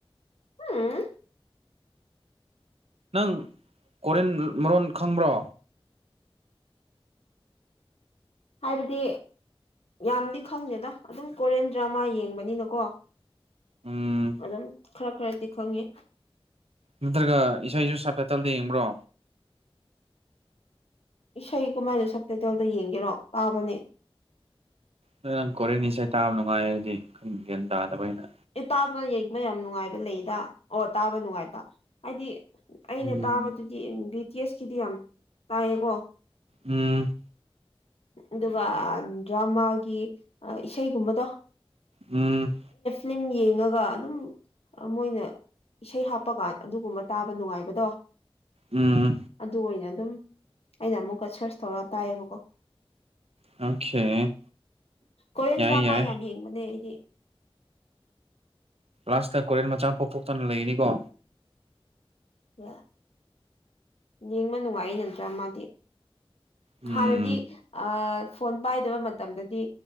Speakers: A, on the left; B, on the right.
A: ꯎꯝ
B: ꯅꯪ ꯀꯣꯔꯤꯟ ꯃꯔꯣꯟ ꯈꯪꯕ꯭ꯔꯣ
A: ꯍꯥꯏꯕꯗꯤ ꯌꯥꯝꯗꯤ ꯈꯪꯗꯦꯗ ꯑꯗꯨꯝ ꯀꯣꯔꯤꯌꯟ ꯗ꯭ꯔꯃꯥ ꯌꯦꯡꯕꯅꯤꯅꯀꯣ
B: ꯎꯝ
A: ꯑꯗꯨꯝ ꯈꯔ ꯈꯔꯗꯤ ꯈꯪꯉꯦ
B: ꯅꯠꯇ꯭ꯔꯒ ꯏꯁꯩꯁꯨ ꯁꯕꯇꯥꯏꯇꯜꯗ ꯌꯦꯡꯕ꯭ꯔꯣ
A: ꯏꯁꯩ ꯀꯃꯥꯏꯅ ꯁꯕꯇꯥꯏꯇꯜꯗ ꯌꯦꯡꯒꯦꯔꯣ ꯇꯥꯕꯅꯦ
B: ꯅꯪ ꯀꯣꯔꯦꯟ ꯏꯁꯩ ꯇꯥꯕ ꯅꯨꯡꯉꯥꯏꯔꯗꯤ ꯒ꯭ꯌꯥꯟ ꯇꯥꯗꯕ ꯑꯩꯅ
A: ꯑꯦ ꯇꯥꯕ ꯌꯦꯡꯕ ꯌꯥꯝ ꯅꯨꯡꯉꯥꯏꯕ ꯂꯩꯗ ꯑꯣ ꯇꯥꯕ ꯅꯨꯡꯉꯥꯏꯕ ꯍꯥꯏꯗꯤ ꯑꯩꯅ
B: ꯎꯝ
A: ꯇꯥꯕꯗꯨꯗꯤ ꯕꯤ ꯇꯤ ꯑꯦꯁꯀꯤꯗꯤ ꯌꯥꯝ ꯇꯥꯏꯌꯦꯀꯣ
B: ꯎꯝ
A: ꯑꯗꯨꯒ ꯗ꯭ꯔꯃꯥꯒꯤ ꯏꯁꯩꯒꯨꯝꯕꯗꯣ
B: ꯎꯝ
A: ꯐꯂꯝ ꯌꯦꯡꯉꯒ ꯑꯗꯨꯝ ꯃꯣꯏꯅ ꯏꯁꯩ ꯍꯥꯞꯄꯀꯥꯟ ꯑꯗꯨꯒꯨꯝꯕ ꯇꯥꯕ ꯅꯨꯡꯉꯥꯏꯕꯗꯣ
B: ꯎꯝ
A: ꯑꯗꯨ ꯑꯣꯏꯅ ꯑꯗꯨꯝ ꯑꯩꯅ ꯑꯃꯨꯛꯀ ꯁꯔꯁ ꯇꯧꯔ ꯇꯥꯏꯌꯦꯕꯀꯣ
B: ꯑꯣꯀꯦ
A: ꯀꯦꯟꯗ꯭ꯔ
B: ꯌꯥꯏ
A: ꯃꯥ
B: ꯌꯥꯏ
A: ꯌꯥꯝ ꯌꯦꯡꯕꯅꯦ ꯑꯩꯗꯤ
B: ꯀ꯭ꯂꯥꯁ ꯀꯦꯟ ꯃꯆꯥ ꯄꯣꯛꯊꯣꯛꯇꯅ ꯂꯩꯅꯤꯀꯣ
A: ꯑ ꯌꯦꯡꯕ ꯅꯨꯡꯉꯥꯏ ꯅꯠꯇ꯭ꯔꯥ ꯃꯥꯗꯤ
B: ꯎꯝ
A: ꯍꯥꯟꯅꯗꯤ ꯑ ꯐꯣꯟ ꯄꯥꯏꯗꯕ ꯃꯇꯝꯗꯗꯤ